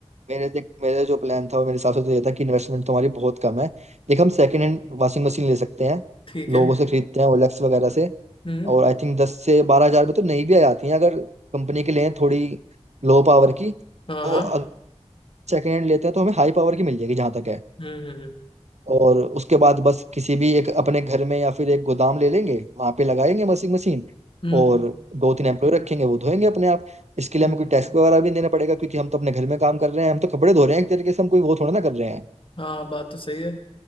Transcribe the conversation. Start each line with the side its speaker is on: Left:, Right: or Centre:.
Right: मेरे देख मेरे जो प्लान था वो मेरे हिसाब से तो ये था कि इन्वेस्टमेंट तो हमारी बहुत कम है देख हम सेकेंड हैंड वॉशिंग मशीन ले सकते हैं
Left: ठीक है
Right: लोगों से खरीदते हैं ओलेक्स वगैरह से
Left: हम्म
Right: और आई थिंक दस से बारह हजार में तो नई भी आ जाती हैं अगर कंपनी के लिए थोड़ी लो पावर की तो
Left: हाँ हाँ
Right: सेकेंड हैंड लेते हैं तो हमें हाई पावर की मिल जाएगी जहां तक है
Left: हम्म हम्म
Right: और उसके बाद बस किसी भी एक अपने घर में या फिर एक गोदाम ले लेंगे वहां पे लगाएंगे वॉशिंग मशीन
Left: हम्म
Right: और
Left: हम्म,
Right: दो तीन एम्प्लॉय रखेंगे वो धोएंगे अपने आप इसके लिए
Left: हम्म,
Right: हमें कोई
Left: हम्म।
Right: टैक्स वगैरह भी देना पड़ेगा क्योंकि हम तो अपने घर में काम कर रहे हैं हम तो कपड़े धो रहे हैं एक तरीके से हम कोई वो थोड़ा ना कर रहे हैं
Left: हाँ बात तो सही है